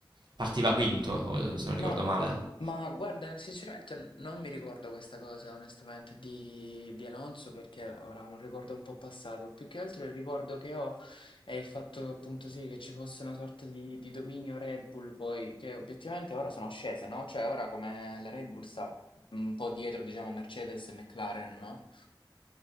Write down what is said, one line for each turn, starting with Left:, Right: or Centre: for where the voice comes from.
Right: partiva quinto, o- se non
Left: No,
Right: ricordo male.
Left: ma guarda, sinceramente n- non mi ricordo questa cosa, onestamente, di, di Alonso, perché ora ho un ricordo un po' passato. Più che altro il ricordo che ho è il fatto, appunto, sì, che ci fosse una sorta di, di dominio Red Bull, poi, che obiettivamente ora sono scese, no? Cioè, ora come la Red Bull sta un po' dietro, diciamo, Mercedes e McLaren, no?